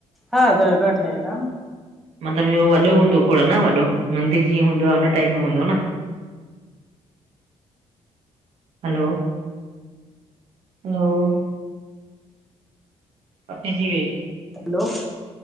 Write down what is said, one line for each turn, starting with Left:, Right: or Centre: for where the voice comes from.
Centre: हा दरगा ठहियल आहे न।
Right: मतिलबु वॾो हूंदो थोरो न वॾो मंदरु जीअं हूंदो आहे हुन टाइप में हूंदो न। हलो। हलो। कटजी वेई।
Centre: हलो।